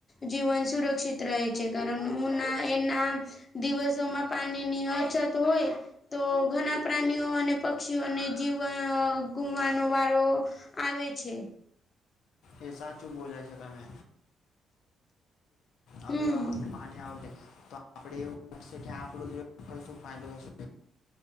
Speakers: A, on the left (about 30°); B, on the left (about 80°).
A: જીવન સુરક્ષિત રહે છે કારણ એના. દિવસોમાં પાણીની અછત હોય. તો ઘણા પ્રાણીઓ અને પક્ષીઓને જીવ ગુમવાનો વારો. આવે છે.
B: એ સાચું બોલા છે તમે. આવી
A: હમ
B: રી આપણે પાણી આવજે તો આપડે એવું લાગશે કે આપડું જો ક શું ફાયદો થશે <unintelligible>